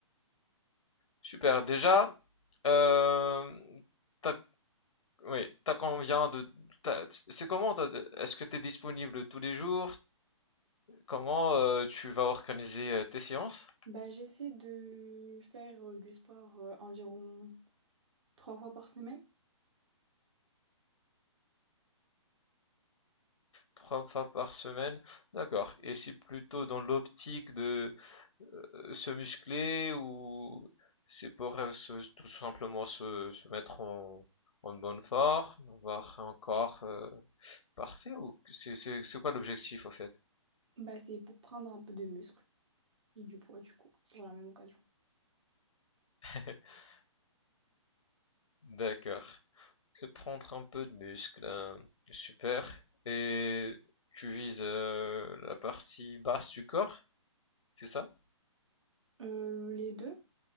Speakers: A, on the left (about 75°); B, on the right (about 65°).
A: Super, déjà, euh, t'as, oui, t'as combien de... t'as- c'est comment, t'as- est-ce que t'es disponible tous les jours? Comment euh, tu vas organiser euh, tes séances?
B: Bah, j'essaie de faire euh, du sport euh, environ trois fois par semaine.
A: Trois fois par semaine? D'accord. Et c'est plutôt dans l'optique de euh, se muscler ou c'est pour euh, se- tout simplement se, se mettre en, en bonne forme, avoir un corps euh, parfait ou c'est c'est- c'est quoi l'objectif au fait?
B: Bah, c'est pour prendre un peu de muscle et du poids, du coup, pour la même occasion.
A: <laughs> D'accord. C'est prendre un peu de muscle. hein. Super. Et tu vises euh, la partie basse du corps, c'est ça?
B: Euh, les deux,